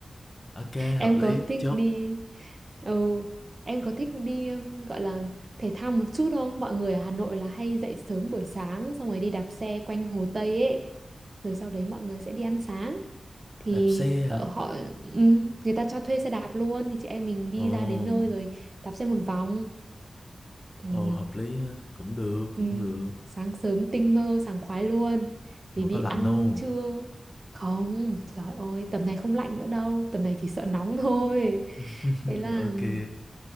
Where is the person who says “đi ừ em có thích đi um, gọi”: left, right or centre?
Right